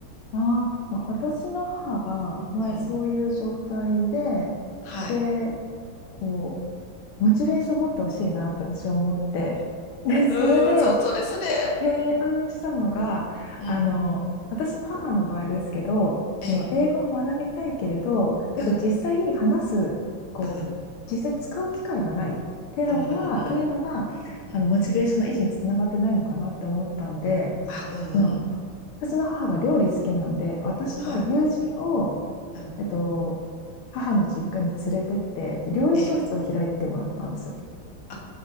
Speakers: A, on the left; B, on the left.
A: ああ、私の母が前そういう状態で、
B: うん。はい。
A: で、こう、モチベーション持ってほしいなって私は思って。<laughs> で、それで
B: うん、そう、それそれ。
A: 提案したのが、
B: うん。
A: あの、
B: うん
A: 私の母の場合ですけど、
B: ええ。
A: その英語を学びたいけれど、だけど実際話す、
B: うん。
A: こう、
B: うん。
A: 実際使う機会がないっていうのが、
B: うん。うん。うん。
A: というのが、
B: うん。
A: あの、モチベーションの維持につながってないのかなって思ったんで、
B: あ、うん。
A: あの
B: うん。
A: 私の母が料理好きなんで、私の友人を
B: はい。うん。
A: えっと、母の実家に連れてって、で料理教室を開いてもらったんですよ。
B: ええ。あ、